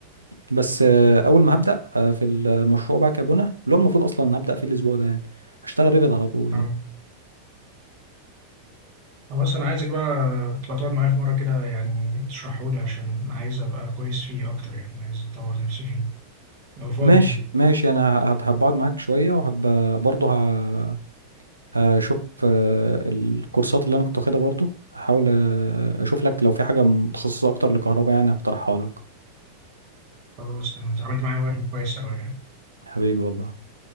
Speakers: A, on the right; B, on the right.
A: بس آه، اول ما هبدا آه، في المشروع بقى كبنى اللي هو المفروض اصلا هبدا فيه الاسبوع ده يعني هشتغل ريفيت على طول
B: آه.
A: يعني
B: خلاص انا عايزك بقى تبقى تقعد معايا في مره كده يعني تشرحه لي عشان عايز ابقى كويس فيه اكتر يعني عايز اطور نفسي فيه لو فاضي
A: ماشي
B: يعني
A: ماشي انا هب- هبقعد معاك شويه وهب برضه ه- هشوف آه، الكورسات اللي انا كنت واخدها برضه هحاول آه، اشوف لك لو في حاجه متخصصه اكتر لكهرباء يعني هقترحها لك
B: خلاص تمام اتعاملت معايا وقت كويس قوي يعني
A: حبيبي والله